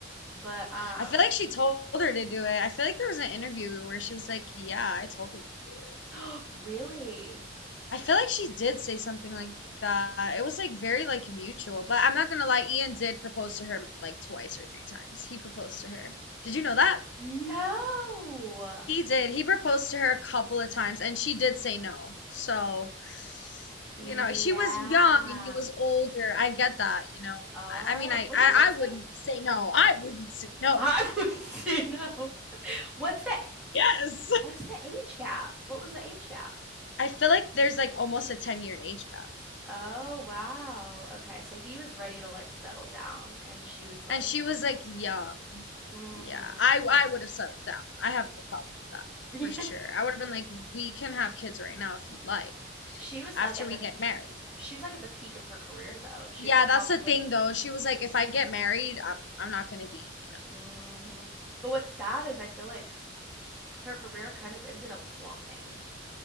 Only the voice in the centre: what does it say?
But um
<gasps> really?
No.
Yeah.
Oh,
wait,
what's
the
I <laughs> would say no. <laughs> What's the
what's the age gap? What was the age gap?
Oh, wow. Okay, so he was ready to like settle down and she was like,
mm-hmm,
yeah.
<laughs>
She was,
like, at
the
she was, like, at the peak of her career, though. She
was probably
mhm. But what's sad is I feel like her career kind of ended up flopping.